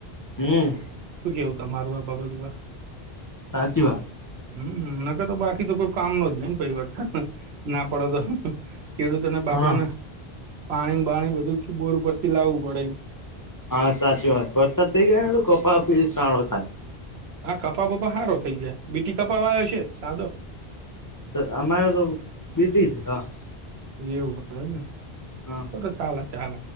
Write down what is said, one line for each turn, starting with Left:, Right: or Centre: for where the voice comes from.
Left: હમ
Right: શું કેવું તમારું આ બાબત પર?
Left: સાચી વા
Right: હમ ન ક તો બાકી તો કોઈ કામ ન જ નહી પરિવર્તન ના પડો તો ખેડૂત અને બાપડાને
Left: હા
Right: પાણી બાણી બધું બોર ઉપરથી લાવવું પડે એમ
Left: હા સાચી વાત વરસાદ થઈ ગયા એ તો કપા પી સાળો થાય
Right: હા કપા વપા સારો થઈ જાય બીટી કપા વાયો છે સાદો
Left: સર અમારે તો બીટી જ હા
Right: એવું ને
Left: હા
Right: તો તો ચાલ ચાલ